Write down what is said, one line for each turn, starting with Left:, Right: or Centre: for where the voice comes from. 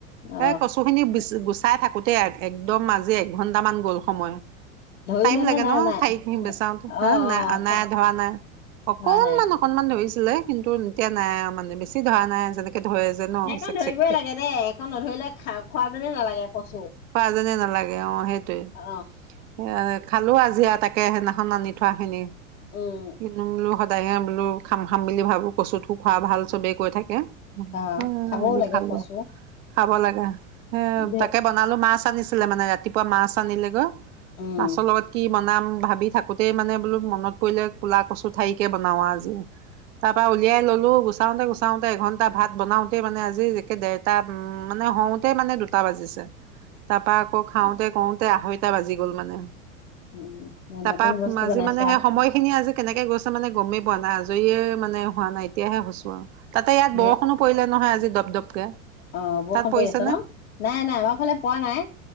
Left: অ
Right: এই কচুখিনি বিচ গুচাই থাকোতেই একদম আজি এঘন্টামান গ'ল সময়।
Left: ধৰিলে
Right: টাইম
Left: নে
Right: লাগে
Left: নাই
Right: ন
Left: নাই
Right: ঠাৰীখিনি বেচাওতে, হা
Left: অ
Right: নাই
Left: অ
Right: নাই
Left: ঠাই
Right: ধৰা নাই অকনমান
Left: ধৰা নাই
Right: অক অকনমান ধৰিছিলে কিন্তু এতিয়া নাই আও মানে বেছি ধৰা নাই যেনেকে ধৰে যে ন
Left: সেইকণ
Right: চেক
Left: ধৰিবই
Right: চেককে
Left: লাগে দে সেইকণ নধৰিলে খা খোৱা যেনেই নালাগে কচু।
Right: যেনেই নালাগে অ সেইটোৱে।
Left: অ
Right: এ খালো আজি আও তাকে সেইদিনাখন আনি থোৱা খিনি।
Left: উম
Right: বোলো সদায়হে বোলো খাম খাম বুলি ভাবো কচুটো খোৱা ভাল চবেই কৈ থাকে। উম
Left: অ খাবও
Right: আজি
Left: লাগে
Right: খালো।
Left: কচু
Right: খাব লাগে। হ
Left: দে
Right: তাকে বনালো মাছ আনিছিলে মানে ৰাতিপুৱা মাছ আনিলেগৈ।
Left: উম
Right: মাছৰ লগত কি বনাম ভাবি থাকোতেই মানে বোলো মনত পৰিলে কুলা কচুৰ ঠাৰীকে বনাও আজি। তাৰপা উলিয়াই ল'লো গুচাওঁতে গুচাওঁতে এঘণ্টা, ভাত বনাওঁতেই মানে আজি একে দেৰ টা উম মানে হওঁতে মানে দুটা বাজিছে। তাৰপা আকৌ খাওঁতে কৰোঁতে আঢ়ৈটা বাজি গ'ল মানে।
Left: উম
Right: তাৰপা
Left: নতুন বস্তু
Right: আজি
Left: বনাইছো
Right: মানে সেই সময়খিনি আজি কেনেকে গৈছে মানে গমেই পোৱা নাই, আজৰিয়ে মানে হোৱা নাই এতিয়াহে হৈছো আৰু। তাতে
Left: আৰু
Right: ইয়াত বৰষুণো পৰিলে নহয় আজি দপ দপকে।
Left: অ বৰষুণ
Right: তাত পৰিছেনে
Left: পৰি আছে ন। নাই নাই আমাৰ ফালে পৰা নাই।